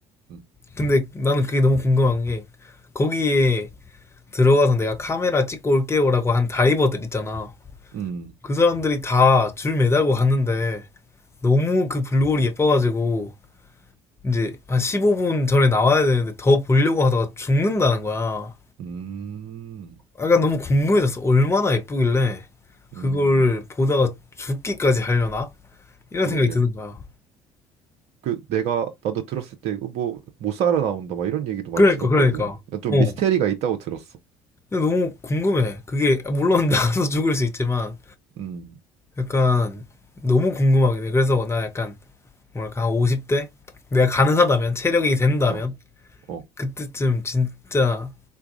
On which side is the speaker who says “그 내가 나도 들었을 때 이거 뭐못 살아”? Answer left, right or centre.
Right